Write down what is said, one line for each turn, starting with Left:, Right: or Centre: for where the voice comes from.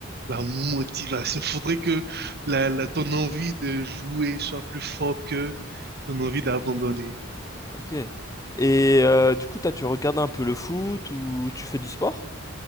Right: la motivation. Faudrait que la, la, ton envie de jouer soit plus forte que ton envie d'abandonner.
Left: Ok. Et euh, du coup, toi, tu regardes un peu le foot ou tu fais du sport?